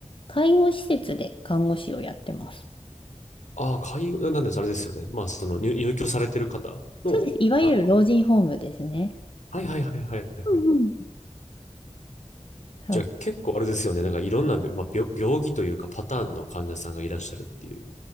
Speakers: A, on the left (about 45°); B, on the left (about 85°).
A: 介護施設で看護師をやってます。
B: ああ、介護、なんです、あれですよね。まあ、その入、入居されてる方の、
A: そうです。いわゆる老人ホームですね。
B: あの、はいはいはいはいはい。
A: うんうん。そう
B: じゃあ結構あれですよね。なんかいろんな、まあ、病、病気というかパターンの患者さんがいらっしゃるっていう。